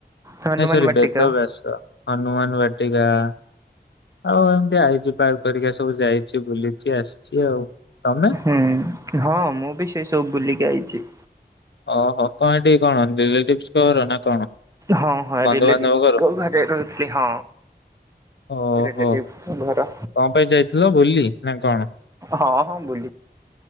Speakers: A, on the right; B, on the left.
A: ହନୁମାନ
B: ଏ ସରି
A: ବାଟିକା
B: ବେଦବ୍ୟାସ ହନୁମାନ ବାଟି। ଏ ଗାଁ ଆଉ ଏମତି ଆଇଚି ପାର୍କ ଟିକେ ସବୁ ଯାଇଛି ବୁଲିଛି ଆସିଛି ଆଉ। ତମେ
A: ହୁଁ ହଁ ମୁଁ ବି ସେଇ ସବୁ ବୁଲିକି ଆଇଛି।
B: ଓହୋ କଣ ଏଠି କଣ ରିଲେଟିଭସ୍ ଙ୍କ ଘର ନା କଣ।
A: ହଁ ହଁ
B: ବନ୍ଧୁବାନ୍ଧବ
A: ରିଲେଟିଭସ୍
B: ଘର?
A: ଙ୍କ ଘରେ ରହିଥିଲି ହ
B: ଓହୋ
A: ରିଲେଟିଭସ୍ ଙ୍କ ଘର
B: କଣ ପାଇଁ ଯାଇଥିଲ ବୁଲି ନା କଣ?
A: ହ ହ ବୁଲି